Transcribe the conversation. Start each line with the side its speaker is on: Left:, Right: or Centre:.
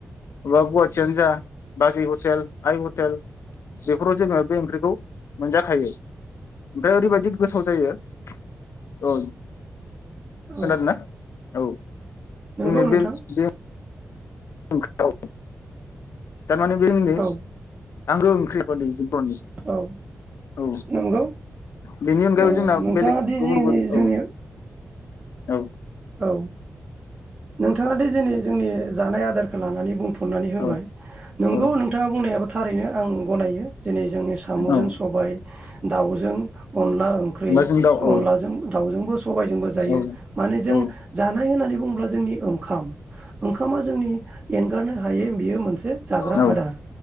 Left: बबेबा गवा थियानो जा, बाजै हटेल, आइ हटेल बेफोराव जोङो बे ओंख्रिखौ मोनजाखायो ओमफ्राय ओरैबायदि गोथाव जायो। औ खोनादों
Right: औ
Left: ना? औ।
Right: नंगौ
Left: जोंनि
Right: नोंथां
Left: बे बे <unintelligible> थारमाने बे उननिस
Right: औ
Left: आंगो ओंख्रिफोरनि
Right: औ
Left: <unintelligible> औ
Right: नंगौ
Left: बेनि अनगायै
Right: ओ
Left: जोंना
Right: नोंथाङा
Left: बेलेग
Right: दि
Left: गुबुन
Right: जोंनि
Left: गुबुन
Right: जोंनि
Left: औ। औ।
Right: औ। नोंथाङा दि जेनि जोंनि जानाय आदार लानानै बुंफोरनानै होबाय,
Left: औ
Right: नोंगौ
Left: औ
Right: नोंथाङा बुंनाय एबा थारैनो आं गनायो। दिनै जोंनि साम'जों
Left: औ
Right: सबाय, दाउजों अनला ओंख्रि,
Left: अनलाजों दाउ औ
Right: अनलाजों दाउजोंबो सबाइजोंबो जायो
Left: औ
Right: माने जों
Left: औ
Right: जानाय होननानै बुङोब्ला जोंनि खाम ओंखामा जोंनि एंगारनो हायै बेयो मोनसे जाग्रा
Left: औ
Right: आदार